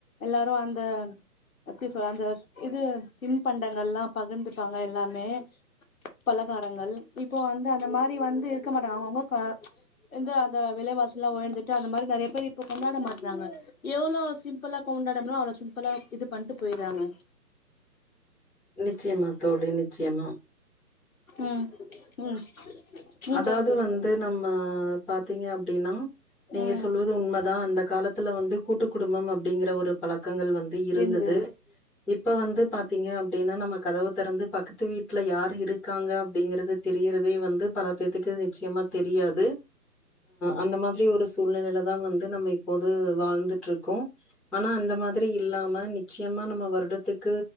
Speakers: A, on the left; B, in the centre.
A: எல்லாரு அந்த எப்டி சொல்ல அந்த இது தின் பண்டங்கள்லா பகிர்ந்துப்பாங்க எல்லாமே பலகாரங்கள் இப்போ வந்து அந்த மாரி வந்து இருக்க மாட்டாங்க அவங்கவுங்க ப்ச் இந்தந்த விலைவாசில்லா உயர்ந்துட்டு அந்த மாரி நெறய பேர் இப்ப கொண்டாட மாட் றாங்க எவ்ளோ சிம்ப்பிளா கொண்டாட ங்களோ அவ்ளோ சிம்பிளா இது பண்ணிட்டு போயிற்றாங்க
B: நிச்சயமா தோழி நிச்சயமா
A: ம் ம் ம்
B: அதாவது
A: சொல்லுங்க தோழி
B: வந்து நம்ம பாத்தீங்க அப்டின்னா நீங்க
A: ம்
B: சொல்வது உண்மதா அந்த காலத் த்துல வந்து கூட்டு குடும்பம் அப்டிங்குற ஒரு பழக்கங்கள் வந்து இருந்தது
A: இருந்து
B: இப்ப வந்து பாத்தீங்க அப்டின்னா நம்ம கதவ திறந்து பக்கத்து வீட்ல யார் இருக்காங்க அப்டிங்றது தெரியிறதே வந்து இப்பதேக்கு நிச்சயமா தெரியாது அந்த மாதிரி ஒரு சூழ்நெலயில தா வந்து நம்ம இப்போது வாழ்ந்ட்டு இருக்கோம் ஆனா அந்த மாதிரி இல்லாம நிச்சயமா நம்ம வருடத்துக்கு